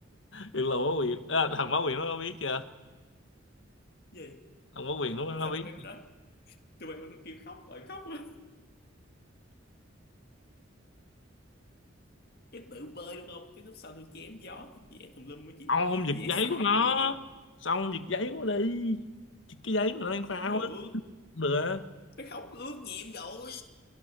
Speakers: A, on the left; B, on the left.
A: Được là quá quyền à, thằng Bá Quyền nó biết chưa
B: <laughs> gì
A: thằng Bá Quyền nó nó
B: sao
A: biết
B: tụi em đó tụi em tôi kêu khóc rồi khóc <laughs> rồi. cái tự bơi luôn không cái lúc sau tôi chém gió tôi vẽ tùm lum á chị
A: ông không giật
B: vẽ
A: giấy
B: sai
A: của nó
B: tùm lum hết trơn
A: sao ông giật giấy của nó đi Thì cái giấy mà nó đang phao
B: không được
A: á không được á.
B: nó khóc ướt nhẹm rồi